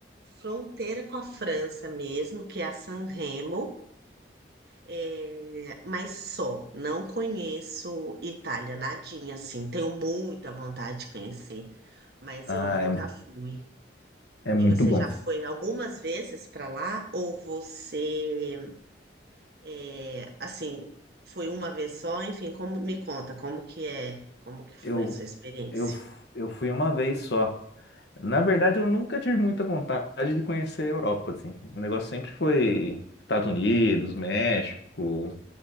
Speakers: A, on the right; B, on the left.
A: fronteira com a França mesmo, que é a San Remo. É, mas só, não conheço Itália, nadinha assim. Tenho muita vontade de conhecer, mas
B: Ah,
A: eu nunca
B: é,
A: fui.
B: é muito
A: E você
B: bom.
A: já foi algumas vezes para lá? Ou você, é, assim, foi uma vez só? Enfim, como me conta, como que é, como que foi
B: Eu,
A: a sua experiência?
B: eu, eu fui uma vez só. Na verdade, eu nunca tive muita vontade de conhecer a Europa, assim. O negócio sempre foi Estados Unidos, México,